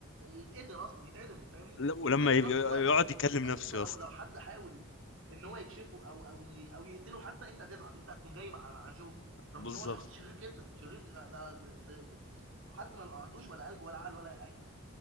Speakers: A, on the right; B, on the left.
A: يتقتل اصلا يتعدم فاهمني
B: لا، ولما
A: بس في
B: يبي-
A: نفس
B: يقعد
A: الوقت
B: يكلم نفسه
A: انت لو
B: يا اسطى
A: لو حد حاول ان هو يكشفه او او ي- او يقتله حتى انت هتزعل انت هتكون جاي مع مع جو رغم
B: بالظبط
A: ان هو شخص شرير جدا شرير ده, ده, ده, ده حد ما عندوش ولا قلب ولا عقل ولا اي حاجه